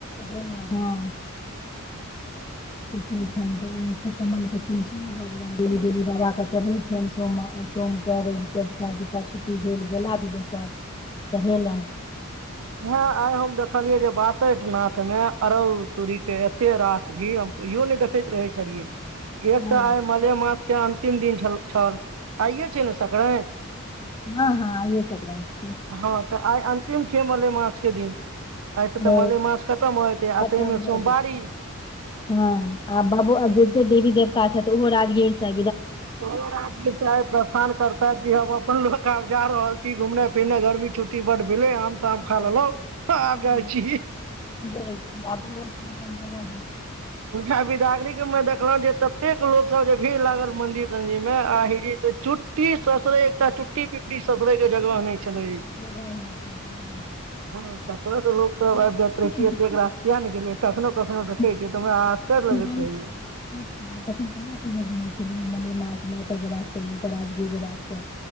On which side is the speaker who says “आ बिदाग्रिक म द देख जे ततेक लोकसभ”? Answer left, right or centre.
Right